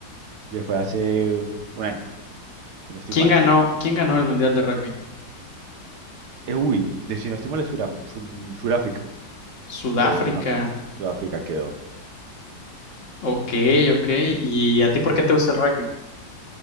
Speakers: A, on the right; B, on the left.
A: Ya fue hace un año, si no estoy
B: ¿Quién
A: mal.
B: ganó, quién ganó el Mundial de Rugby?
A: Eh, uy, de si no estoy mal es Suram- Sur- Sudáfrica.
B: Sudáfrica.
A: Quedó camp- Sudáfrica quedó.
B: Ok, ok. ¿Y a ti por qué te gusta el rugby?